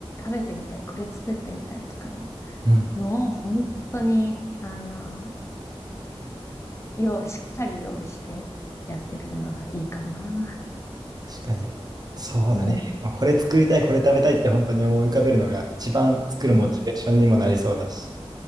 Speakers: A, on the left; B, on the right.
A: 食べてみたい、これ作ってみたいとか、
B: うん
A: もう本当に、あの、用、しっかり用意してやってみるのはいいかもな。
B: 確かに。そうだね。
A: うん。
B: まあ、これ作りたい、これ食べたいって本当に思い浮かべるのが一番作るモチベーションにもなりそうだし。
A: うん